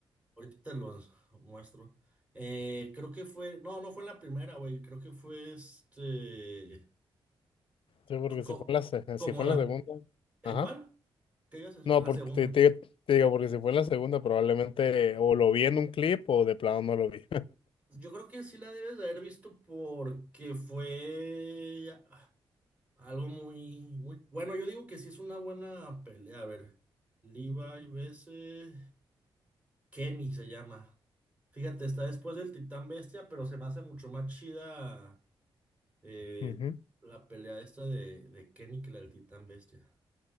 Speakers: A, on the right; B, on the left.
A: ahorita te los muestro. Eh, creo que fue, no, no fue en la primera, güey, creo que fue este,
B: Sí, porque
A: co- co-
B: si fue la, se-
A: como
B: si fue
A: la...
B: en la segunda.
A: ¿En
B: Ajá.
A: cuál? ¿Qué ibas a decir?
B: No,
A: En la
B: porque
A: segunda.
B: te, te te digo, porque si fue en la segunda probablemente o lo vi en un clip o de plano no lo vi.
A: Yo creo que sí la debes de haber visto porque fue algo muy, muy... Bueno, yo digo que sí es una buena pelea. A ver, Levi vs. Kenny se llama. Fíjate, está después del Titán Bestia, pero se me hace mucho más chida eh,
B: <laughs>
A: la pelea esta de, de Kenny que la del Titán Bestia.